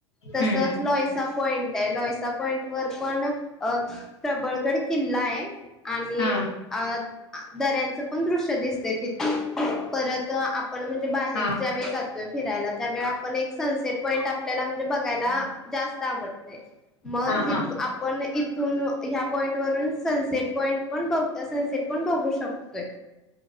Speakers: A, in the centre; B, on the left.
A: तसच
B: हं.
A: लॉयसा पॉईंट आहे लोयसा पॉईंट वर पण अ प्रबळगड किल्ला आहे. आणि
B: हां,
A: अ दऱ्यांचं पण दृश्य दिसते तिथे परत तं आपण म्हणजे बाहेर
B: हां,
A: ज्यावेेळी जातोय फिरायला त्यावेळी आपण एक सनसेट पईट आपल्याला म्हणजे बघायला जास्त आवडते मग
B: हां,
A: तिथ
B: हां,
A: आप पण इथून ह्या पॉइंट वरून सनसेट पॉईंट पण बघ असं सनसेट पण बघू शकतोय.